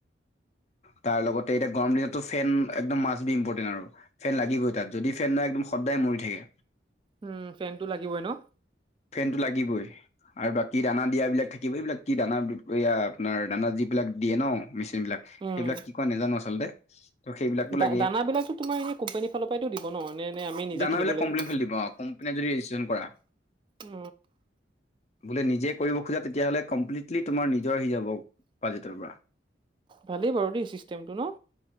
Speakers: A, on the left; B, on the right.
A: তাৰ লগতে এতিয়া গৰম দিনতো ফেন একদম মাছ বি ইম্পৰ্টেন্ট আৰু ফেন লাগিবই তাত যদি ফেন নাই একম সদায় মৰি থাকে
B: উম ফেনটো লাগিবই ন'
A: ফেনটো লাগিবই আৰু বাকী দানা দিয়া বিলাক থাকিব এইবিলাক কি দানা এয়া আপোনাৰ দানা যিবিলাক দিয়ে ন' মেচিন বিলাক সেইবিলাক
B: উম
A: কি কয় নাজানো আচলতে ত সেইবিলাকো
B: দা
A: লাগে
B: দানাবিলাকতো তোমাৰ এনে কোম্পানীৰ ফালৰ পৰাইতো দিব ন ম আমি নিজে
A: দানাবিলাক
B: কিনিব। লাগিব?
A: কোম্পানীৰ ফালে দিব অ কোম্পানীয়ে যদি ৰেজিষ্ট্ৰেচন কৰা
B: অ
A: বোলে নিজে কৰিব খোজা তেতিয়াহ'লে কমপ্লিটলি তোমাৰ নিজৰ আহি যাব বাজেটৰ পৰা
B: ভালেই বাৰু দেই চিষ্টেমটো ন